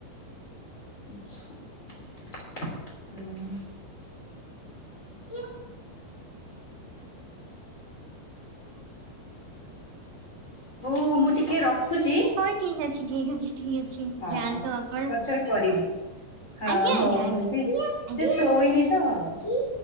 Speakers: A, on the left (about 20°); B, on the right (about 80°).
A: <inaudible> ହୁଁ। <unintelligible> ହଉ ମୁଁ ଟିକେ ରଖୁଛି।
B: ହଉ ଠିକ ଅଛି ଠିକ ଅଛି ଠିକ ଅଛି
A: ହଁ
B: ଯାଆନ୍ତୁ
A: ହଁ
B: ଆପଣ।
A: ପଛରେ କରିବି। ହଁ
B: ଆଜ୍ଞା
A: ହଉ
B: ଆଜ୍ଞା ଆଜ୍ଞା
A: ହଉଛି ସେ
B: ଆଜ୍ଞା
A: ଶୋଇନି ତ ହଁ।